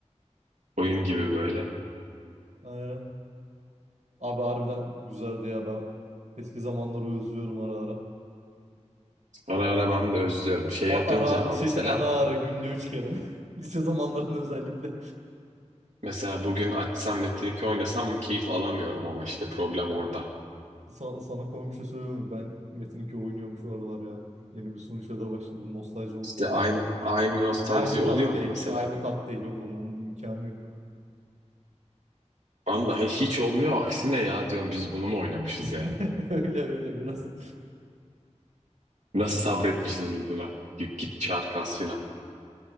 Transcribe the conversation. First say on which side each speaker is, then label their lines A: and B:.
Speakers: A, on the right; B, on the right.
A: oyun gibi böyle.
B: Aynen. Abi harbiden güzeldi ya ben eski zamanları özlüyorum ara ara.
A: Ara ara ben de özlüyorum. Şey
B: A-
A: yapınca
B: ara
A: ama
B: şey
A: mesela
B: işte ara ara günde üç kere. <laughs> Lise zamanlarında özellikle.
A: mesela bugün açsam Metin2 oynasam keyif alamıyorum ama işte problem orada.
B: Sa- sana komik bir şey söyleyeyim mi? Ben Metin2 oynuyorum şu aralar ya. Yeni bir sunuşa da başladım nostalji olsun
A: İşte aynı,
B: diye.
A: aynı nostalji
B: Aynı
A: oluyor
B: tat
A: mu
B: değil.
A: mesela?
B: Aynı tat değil oğlum. Onun imkanı yok.
A: Ben de hiç olmuyor aksine ya diyorum biz bunu mu oynamışız
B: <laughs>
A: ya?
B: Öyle öyle biraz.
A: Nasıl sabretmişiz biz buna? Git git çağır kas filan.